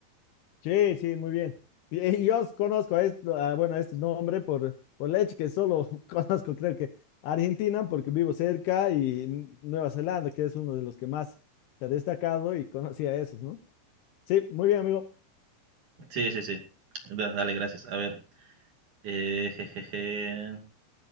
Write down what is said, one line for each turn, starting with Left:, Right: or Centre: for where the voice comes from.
Left: Sí, sí, muy bien. Y, y yo os conozco a este, a, bueno, a este nombre por, por leche, que solo <laughs> conozco, creo que Argentina, porque vivo cerca, y N- Nueva Zelanda, que es uno de los que más se ha destacado y conocía a esos, ¿no? Sí, muy bien, amigo.
Right: Sí, sí, sí. Da- Dale, gracias. A ver, eh, jejeje,